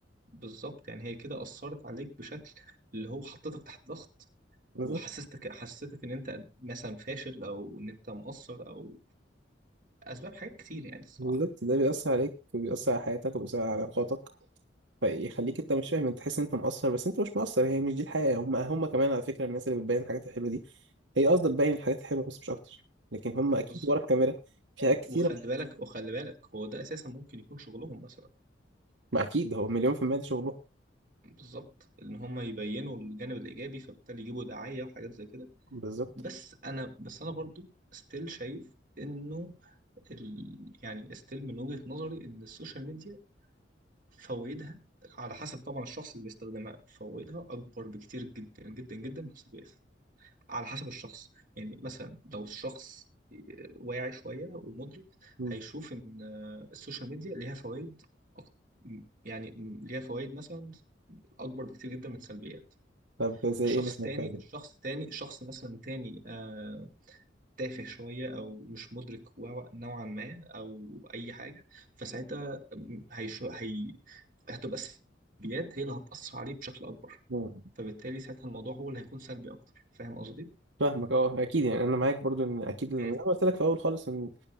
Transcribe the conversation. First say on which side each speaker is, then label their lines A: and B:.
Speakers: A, on the right; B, on the right.
A: بالظبط يعني هي كده أثرت عليك بشكل اللي هو حطيتك تحت ضغط
B: بالظبط
A: وحسستك حسستك إن أنت مثلا فاشل أو إن أنت مقصر أو أسباب حاجات كتير يعني الصراحة
B: بالظبط ده بيأثر عليك وبيأثر على حياتك وبيأثر على علاقاتك فيخليك انت مش فاهم انت تحس ان انت مقصر بس انت مش مقصر هي مش دي الحقيقة هم هم كمان على فكرة الناس اللي بتبين الحاجات الحلوة دي هي قصدها تبين الحاجات الحلوة بس مش اكتر لكن هم
A: مم،
B: اكيد
A: بالظبط
B: ورا الكاميرا في حاجات كتيرة
A: وخلي
B: مش
A: بالك وخلي بالك هو ده أساسا ممكن يكون شغلهم مثلا
B: ما اكيد هو مليون في المية ده شغلهم
A: بالظبط إن هم يبينوا الجانب الإيجابي فبالتالي يجيبوا دعاية وحاجات زي كده
B: بالظبط
A: بس أنا بس أنا برضو ستيل شايف إنه ال... يعني ستيل من وجهة نظري إن السوشيال ميديا فوائدها على حسب طبعا الشخص اللي بيستخدمها فوائدها أكبر بكتير جدا جدا جدا من السجاير على حسب الشخص يعني مثلا لو الشخص واعي شوية ومدرك
B: مم.
A: هيشوف إن السوشيال ميديا ليها فوائد أك- يعني ليها فوائد مثلا أكبر بكتير جدا من السلبيات
B: طب زي
A: شخص
B: ايه مثلا
A: تاني
B: فايدة
A: شخص تاني شخص مثلا تاني آه، تافه شوية أو مش مدرك و- نوعا ما أو أي حاجة فساعتها هيشو هي هتبقى السلبيات هي اللي هتأثر عليه بشكل أكبر
B: مم.
A: فبالتالي ساعتها الموضوع هو اللي هيكون سلبي أكتر فاهم قصدي؟
B: فاهمك اه اكيد يعني انا معاك برضو ان اكيد زي
A: مم.
B: ما قلت لك في الاول خالص ان